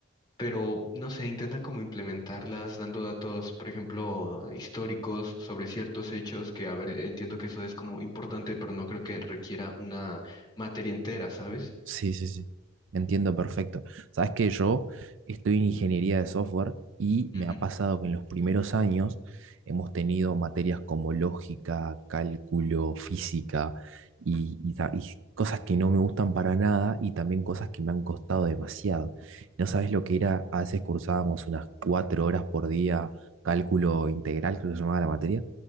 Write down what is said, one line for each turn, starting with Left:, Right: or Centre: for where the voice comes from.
Left: pero no sé, intentan como implementarlas dando datos, por ejemplo, históricos sobre ciertos hechos que, a ver, entiendo que eso es como importante, pero no creo que requiera una materia entera, ¿sabes?
Right: Sí, sí, sí. Entiendo perfecto. Sabes que yo estoy en ingeniería de software y me
Left: Ujú,
Right: ha pasado que en los primeros años hemos tenido materias como lógica, cálculo, física y, y ta- y cosas que no me gustan para nada y también cosas que me han costado demasiado. No sabes lo que era, a veces cursábamos unas cuatro horas por día cálculo integral, creo que se llamaba la materia.